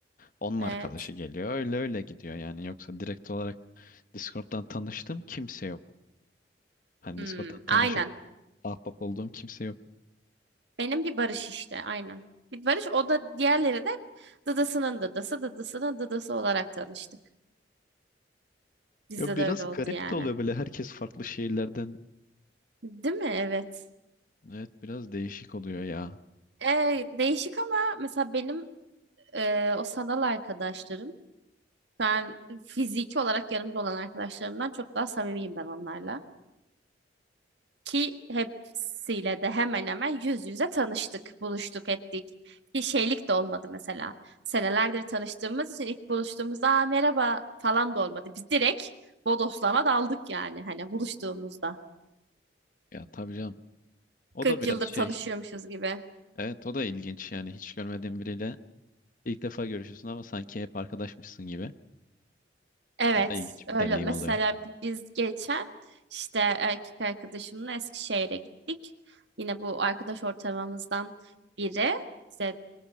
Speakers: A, on the left; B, on the right.
A: Onun
B: evet.
A: arkadaşı geliyor. Öyle öyle gidiyor yani. Yoksa direkt olarak Discord'dan tanıştığım kimse yok. Hani
B: Hmm,
A: Discord'dan
B: aynen.
A: tanışıp ahbap olduğum kimse yok.
B: Benim bir Barış işte aynen. Bir Barış o da diğerleri de dadasının dadası, dadasının dadası olarak tanıştık. Bizde
A: Ya biraz
B: de öyle oldu
A: garip
B: yani.
A: de oluyor böyle herkes farklı şehirlerden.
B: Değil mi? Evet.
A: Evet biraz değişik oluyor ya.
B: Ee, değişik ama mesela benim e, o sanal arkadaşlarım. Ben fiziki olarak yanımda olan arkadaşlarımdan çok daha samimiyim ben onlarla. Ki hepsiyle de hemen hemen yüz yüze tanıştık, buluştuk, ettik. Bir şeylik de olmadı mesela. Senelerdir tanıştığımız için ilk buluştuğumuzda "Aa, merhaba falan da olmadı. Biz direkt bodoslama daldık yani hani buluştuğumuzda.
A: Ya tabii canım. O
B: 40
A: da biraz
B: yıldır
A: şey.
B: tanışıyormuşuz gibi.
A: Evet o da ilginç yani hiç görmediğin biriyle ilk defa görüşüyorsun ama sanki hep arkadaşmışsın gibi.
B: Evet,
A: O da ilginç
B: öyle.
A: bir deneyim
B: Mesela
A: oluyor.
B: biz geçen işte erkek arkadaşımla Eskişehir'e gittik. Yine bu arkadaş ortamımızdan biri. işte